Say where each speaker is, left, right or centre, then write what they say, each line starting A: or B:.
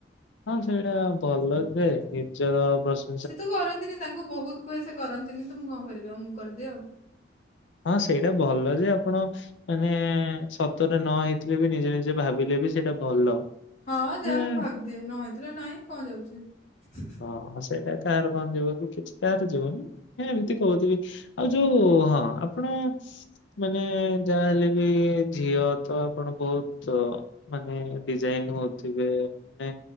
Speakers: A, on the left; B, on the left.
A: ହଁ ସେଇଟା ଭଲ ଯେ ନିଜର ପ୍ରଶ୍ନ
B: ସେ ତ କରନ୍ତିନି ତାଙ୍କୁ ବହୁତ କୁହେ ସେ କରନ୍ତିନି ତ ମୁଁ କଣ କରିବି ଆଉ ମୁଁ କରିଦିଏ ଆଉ।
A: ହଁ ସେଇଟା ଭଲ ଯେ ଆପଣ ମାନେ ସତରେ ନ ହେଇଥିଲେ ବି ନିଜେ ନିଜେ ଭାବିଲେ ବି ସେଟା ଭଲ।
B: ହଁ ଯା
A: ହେଲେ
B: ମୁଁ ଭାବିଦିଏ ନ ହେଇଥିଲେ ନାଇଁ, କଣ ଯାଉଛି।
A: ହଁ ସେଇଟା କାହାର କଣ ଯିବ କି କିଛି କାହାର ଯିବନି ଏମିତି କହୁଥିଲି। ଆଉ ଯୋଉ ହଁ ଆପଣ ମାନେ ଯାହା ହେଲେ ବି ଝିଅ ତ ଆପଣ ବହୁତ ମାନେ ଡିଜାଇନ ହଉଥିବେ ମାନେ